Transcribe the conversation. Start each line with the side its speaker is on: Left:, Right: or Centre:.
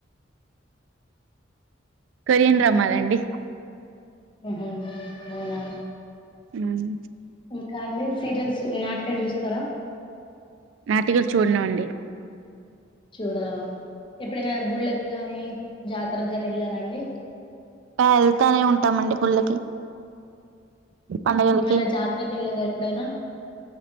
Right: కొరియన్ డ్రామాలాండి
Left: ఉహు అవునా
Right: ఊ హు
Left: కానీ సీరియల్స్ నాటకాలు చూస్తారా
Right: నాటిగలు చూడను అండి
Left: చూడదా ఎప్పుడైనా గుళ్ళకి గాని జాతరకు ని వెళ్లారా అండి
Right: ఆ వెళ్తానే ఉంటామండి గుళ్ళకి పండగలకి
Left: ఇవన్న జాత్రకి ఎళ్లారా ఎప్పుడేనా